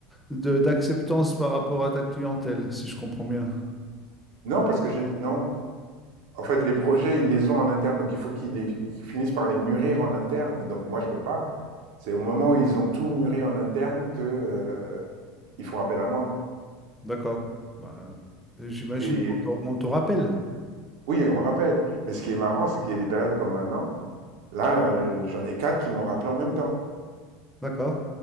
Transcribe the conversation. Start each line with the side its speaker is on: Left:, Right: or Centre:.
Centre: de- d'acceptance par rapport à ta clientèle, si je comprends bien.
Right: Non, parce que j'ai non. En fait, les projets, ils les ont en interne, donc il faut qu'ils les- ils finissent par les mûrir en interne. Et donc moi, je peux pas. C'est au moment où ils ont tout mûri en interne que euh, ils font appel à moi.
Centre: D'accord. Bah, j'imagine
Right: Et
Centre: qu'on te, on te rappelle.
Right: oui, on me rappelle. Mais ce qui est marrant, c'est qu'il y a des périodes comme maintenant. Là, euh, j'en ai quatre qui m'ont rappelé en même temps
Centre: D'accord.